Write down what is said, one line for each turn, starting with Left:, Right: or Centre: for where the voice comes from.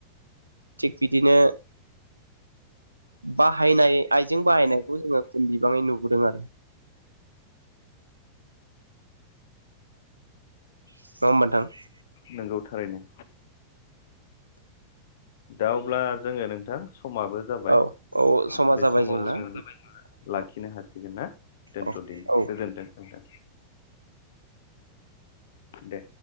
Right: थिग बिदिनो बाहायनाय आइजें बाहायनायखौ जोङो खम बिबाङै नुबोदों आरो नङा होमबा नोंथां
Left: नोंगौ थारैनो। दा अब्ला जोङो नोंथां समाबो जाबाय
Right: औ औ समा
Left: बे
Right: जाबाय
Left: समाव
Right: जोंना
Left: जों
Right: औ
Left: लाखिनो हासिगोन न दोनथ'दिन
Right: औ औ
Left: गोजोनथों नोंथां। दे